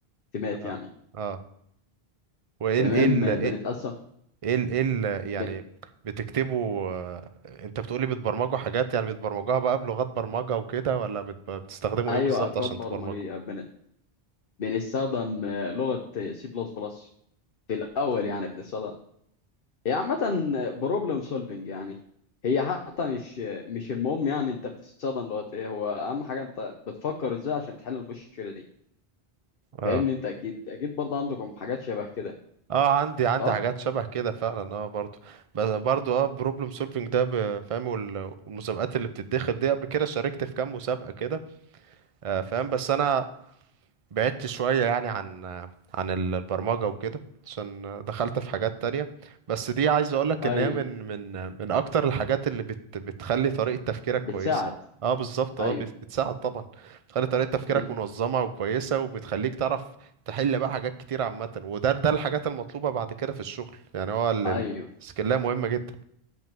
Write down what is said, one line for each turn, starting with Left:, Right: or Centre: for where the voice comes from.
Left: تيمات
Right: اه
Left: يعني
Right: اه وايه
Left: تمام
Right: ال ايه ال ايه
Left: بنتقسم
Right: ايه ال إيه ال- يعني
Left: بن...
Right: بتكتبوا آه، انت بتقولي بتبرمجوا حاجات يعني بتبرمجوها بقى بلغات برمجة وكده ولا بت... بتستخدموا
Left: أيوة
Right: ايه بالظبط
Left: أكواد
Right: عشان
Left: برمجية
Right: تبرمجوا؟
Left: بن... بنستخدم لغة سي بلس بلس في الأول يعني بنستخدم هي عامة بروبلم سولفينج يعني هي حتى مش مش المهم يعني أنت بتستخدم لغة إيه هو أهم حاجة أنت بتفكر إزاي عشان تحل المشكلة دي
Right: اه
Left: فاهمني أنت أكيد أكيد برضه عندكم حاجات شبه كده
Right: اه عندي عندي
Left: صح؟
Right: حاجات شبه كده فعلا اه برضو بس برضو اه بروبلم سولفنج ده ب- فاهم وال- والمسابقات اللي بتتدخل دي قبل كده شاركت في كام مسابقة كده آه، فاهم بس انا بعدت شوية يعني عن عن ال- البرمجة وكده عشان دخلت في حاجات تانية بس دي عايز اقولك
Left: أيوه
Right: ان هي من من من اكتر الحاجات اللي بت بتخلي طريقة تفكيرك
Left: بتساعد
Right: كويسة اه بالظبط
Left: أيوه
Right: اه بت- بتساعد طبعا بتخلي طريقة تفكيرك
Left: بت...
Right: منظمة وكويسة وبتخليك تعرف تحل بقى حاجات كتير عامة وده ده الحاجات المطلوبة بعد كده في الشغل يعني هو ال-
Left: أيوه
Right: ال- السكيلية مهمة جدا